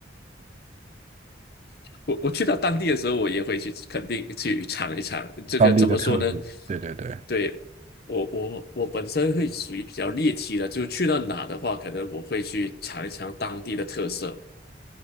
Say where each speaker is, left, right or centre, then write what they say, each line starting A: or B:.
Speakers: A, on the left; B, on the right.
A: 我我去到当地的时候，我也会去肯定去尝一尝。
B: <laughs>
A: 这个怎么说呢？
B: 当地的特色。对对对。
A: 对，我我我本身会属于比较猎奇的，就是去到哪的话，可能我会去尝一尝当地的特色。